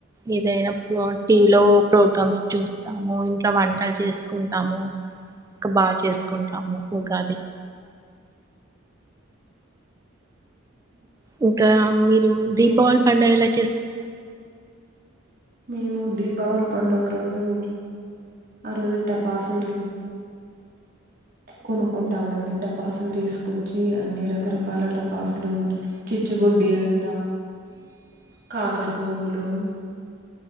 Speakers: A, on the right; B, on the right.
A: ఏదైనాప్పుడు టీవీలో ప్రోగ్రామ్స్ చూస్తాము ఇంట్లో వంటలు చేసుకుంటాము ఇంకా బాగా చేసుకుంటాము ఉగాది ఇంకా మీరు దీపావళి
B: మీ
A: పడుగ ఎలా చేసు
B: మేము దీపావళి పండుగ రోజు ఆ రోజు టపాసులు కొనుక్కుంటామండి టపాసులు తీసుకొచ్చి అన్ని రకరకాల టపాసులు చి చిచ్చుబుడ్డి అంట కాకర పువ్వులు